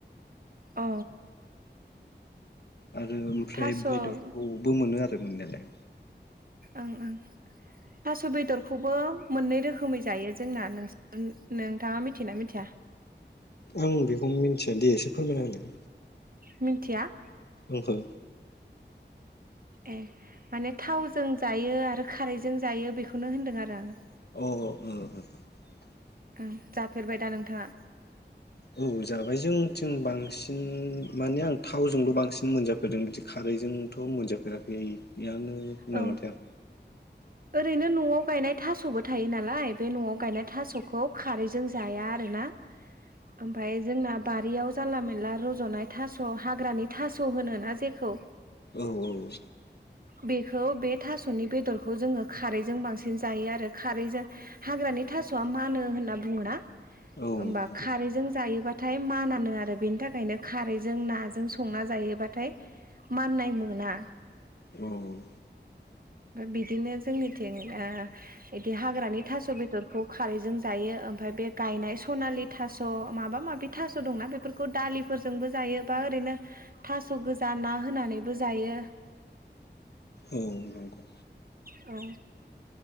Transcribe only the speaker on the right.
अ।
थास'
ओं
ओं ओं थास' बेदरखौबो मोननै रोखोमै जायो जोंना नों <unintelligible> नोंथाङा मिथियोना मिथिया?
मिन्थिया।
ए माने थावजों जायो आरो खारैजों जायो बेखौनो होनदों आरो आं।
ओं जाफेरबाय दा नोंथांङा?
औ
ओरैनो न'आव गायनाय थास'बो थायो नालाय बे न'आव गायनाय थास'खौ खारैजों जाया आरोना। ओमफाय जोंना बारियाव जानला मेनला रज'नाय थास' हाग्रानि थास' होनो ना जेखौ।
बेखौ बे थास'नि बेदरखौ जोंङो खारैजों बांसिन जायो आरो खारैजों हाग्रानि थास'आ मानो होनना बुंङोना।
ओमबा
खारैजों जायोबा थाय मानानो आरो बेनि थाखायनो खारैजों नाजों संना जायोबाथाय माननाय मोना।
बिदिनो जोंनिथिं ओ इदि हाग्रानि थास' बेदर बेखौ खारैजों जायो ओमफाय बे गायनाय सनालि थास' माबा माबि थास' दंना बेफोरखौ दालिफोरजोंबो जायो बा ओरैनो थास' गोजा ना होनानैबो जायो।
औ